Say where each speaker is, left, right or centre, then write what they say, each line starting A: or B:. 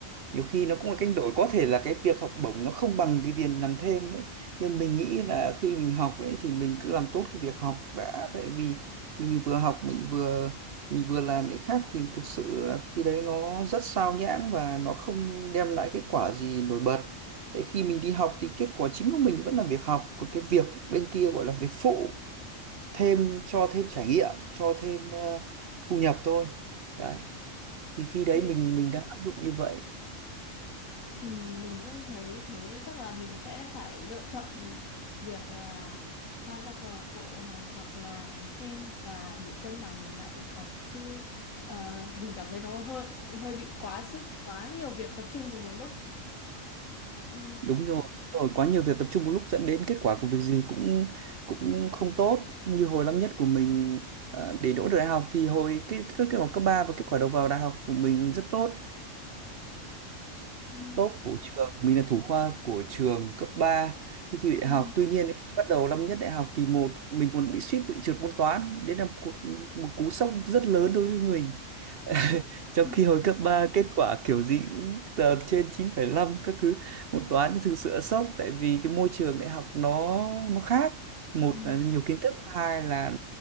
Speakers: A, on the right (about 55°); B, on the left (about 80°).
A: nhiều khi nó cũng là cách đổi có thể là cái việc học bổng nó không bằng cái tiền làm thêm ấy nhưng mình nghĩ là khi mình học ấy thì mình cứ làm tốt cái việc học đã tại vì mình vừa học mình vừa mình vừa làm những khác thì thực sự là khi đấy nó rất sao nhãng và nó không đem lại kết quả gì nổi bật tại khi mình đi học thì kết quả chính của mình vẫn là việc học còn cái việc bên kia gọi là việc phụ thêm cho thêm trải nghiệm cho thêm ờ, thu nhập thôi đấy thì khi đấy
B: ừ.
A: mình mình đã áp dụng như vậy
B: Ừ, mình cũng thấy thế chắc là mình sẽ phải lựa chọn việc là tham gia câu lạc bộ hoặc hoặc là làm thêm và để cân bằng lại việc học chứ ờ, mình cảm thấy nó hơi hơi bị quá sức quá nhiều việc tập trung cùng một lúc ừ.
A: đúng rồi đúng rồi quá nhiều việc tập trung một lúc dẫn đến kết quả của việc gì cũng cũng không tốt như hồi năm nhất của mình ờ, để đỗ được đại học thì hồi cái cái kết quả cấp 3 và kết quả đầu vào đại học của mình rất tốt
B: Ừ,
A: top của trường mình là thủ khoa của trường cấp 3 khi thi đại
B: ừ,
A: học tuy nhiên khi bắt đầu năm nhất đại học kỳ một mình còn bị suýt bị trượt môn toán đến là một, cú- một cú sốc rất lớn đối với mình <laughs> trong
B: <laughs>
A: khi hồi cấp 3 kết quả kiểu gì cũng tờ trên chín phẩy năm các thứ môn toán thì thực sự sốc tại vì cái môi trường đại học nó nó khác một
B: ừ.
A: là nhiều kiến thức hai là